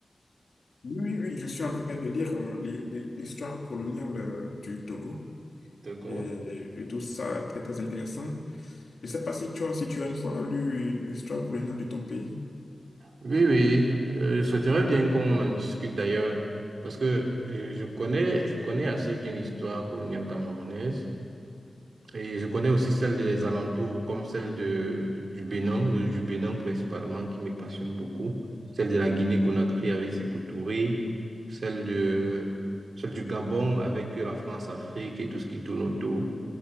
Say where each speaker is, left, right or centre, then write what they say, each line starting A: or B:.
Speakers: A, on the left; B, on the right.
A: oui, oui, oui, je suis en train de lire euh, les- les- l'histoire coloniale euh, du Togo.
B: D'accord.
A: Et je trouve ça très, très intéressant. Je ne sais pas si tu as, si tu as une fois lu l'histoire coloniale de ton pays.
B: Oui, oui, euh, je souhaiterais bien qu'on en discute d'ailleurs, parce que euh, je connais, je connais assez bien l'histoire coloniale camerounaise et je connais aussi celle des alentours, comme celle de, du Bénin, euh, du Bénin principalement, qui me passionne beaucoup, celle de la Guinée-Conakry avec ses Touré, celle de, celle du Gabon avec euh, la France-Afrique et tout ce qui tourne autour.